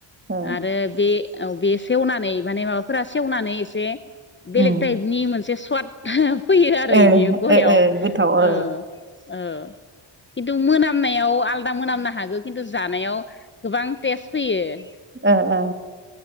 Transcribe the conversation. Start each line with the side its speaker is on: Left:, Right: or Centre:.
Right: ओ
Left: आरो बे औ बे सेवनानै माने माबाफोरा सेवनानै एसे बेलेग
Right: ओ
Left: टाइपनि मोनसे स <unintelligible> फैयो आरो
Right: ओ
Left: बियो गयाव
Right: ओ गोथाव ओ
Left: औ औ किनतु मोनामनायाव आलदा मोनामनो हागौ किनतु जानायाव गोबां टेस्ट फैयो। औ
Right: ओ ओ